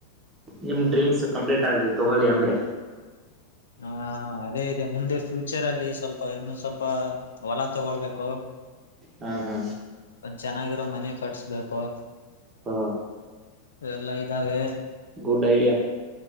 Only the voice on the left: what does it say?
ಹಾ ಅದೇ ಇದೆ ಮುಂದೆ ಫ್ಯೂಚರ್ ಅಲ್ಲಿ ಸ್ವಲ್ಪ ಇನ್ನು ಸ್ವಲ್ಪ ಹೊಲ ತಗೊಳ್ಬೇಕು
ಒಂದ್ ಚೆನ್ನಾಗಿರೋ ಮನೆ ಕಟ್ಸ್ಬೇಕು
ಎಲ್ಲಾ ಇದ್ದಾವೆ